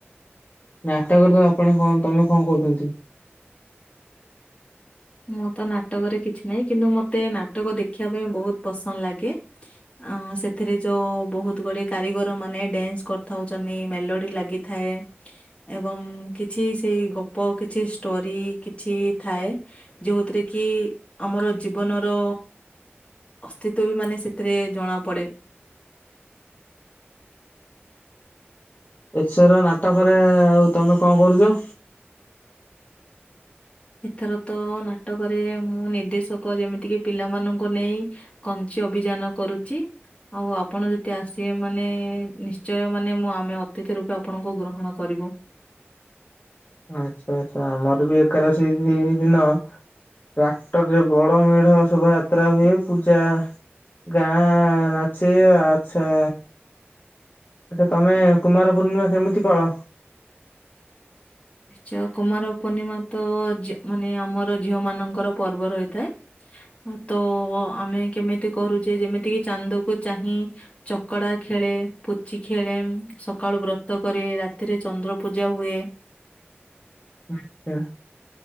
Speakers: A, on the left; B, on the left.
A: ନାଟକର ତ ଆପଣ କଣ ତମେ କଣ କରୁଛନ୍ତି।
B: ମୁଁ ତ ନାଟକରେ କିଛି ନାହିଁ, କିନ୍ତୁ ମତେ ନାଟକ ଦେଖିବା ପାଇଁ ବହୁତ ପସନ୍ଦ ଲାଗେ ଅ ସେଥିରେ ଯୋଉ ବହୁତ ଗୁଡିଏ କାରିଗର ମାନେ ଡ୍ୟାନ୍ସ କରିଥାଉଛନ୍ତି ମେଲୋଡି ଲାଗି। ଥାଏ। ଏବଂ କିଛି ସେଇ ଗପ କିଛି ଷ୍ଟୋରି କିଛି ଥାଏ। ଯେଉଁଥିରେ କି ଆମର ଜୀବନର ଅସ୍ତିତ୍ୱ ବି ମାନେ ସେଥିରେ ଜଣା ପଡେ।
A: ଏଛର ନାଟକରେ ଆଉ ତମେ କଣ କରୁଛ?
B: ଏଥର ତ ନାଟକରେ ମୁଁ ନିର୍ଦ୍ଦେଶକ ଯେମିତିକି ପିଲାମାନଙ୍କୁ ନେଇ କଞ୍ଚି ଅଭିଯାନ କରୁଛି ଆଉ ଆପଣ ଯଦି ଆସିବେ ମାନେ ନିଶ୍ଚୟ ମାନେ ମୁଁ ଆମେ ଅତିଥି ରୂପେ ଆପଣଙ୍କୁ ଗ୍ରହଣ କରିବୁ।
A: ଆଚ୍ଛା ଆଚ୍ଛା ଆମର ବି ଏକାଶୀ ଦିନ। ଟ୍ରାକ୍ଟର ରେ ବଡ ମେଢ ଶୋଭାଯାତ୍ରା ହୁଏ ପୂଜା। ଗାଁ ନାଚି ଆଛା। ଆଚଛା ତମେ କୁମାର ପୂର୍ଣ୍ଣିମା କେମିତି ପଳ।
B: ନିଶ୍ଚୟ। ଜୟ କୁମାର ପୂର୍ଣିମା ତ ମାନେ ଆମର ଝିଅ ମାନଙ୍କର ପର୍ବ ରହିଥାଏ। ତ ଆମେ କେମିତି କରୁଛେ ଯେମିତିକି ଚାନ୍ଦକୁ ଚାହିଁ। ଚକଡା ଖେଳେ ପୁଚି ଖେଳେ ସକାଳୁ ବ୍ରତ କରେ ରାତିରେ ଚନ୍ଦ୍ର ପୂଜା ହୁଏ।
A: ଆଛା